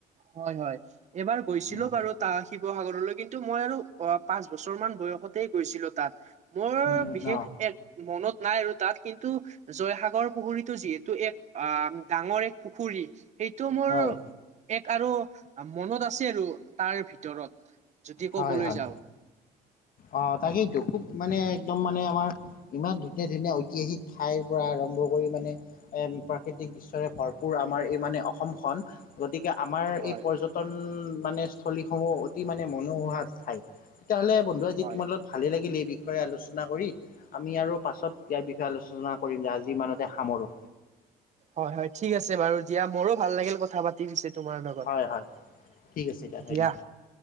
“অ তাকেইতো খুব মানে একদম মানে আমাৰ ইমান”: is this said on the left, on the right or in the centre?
Left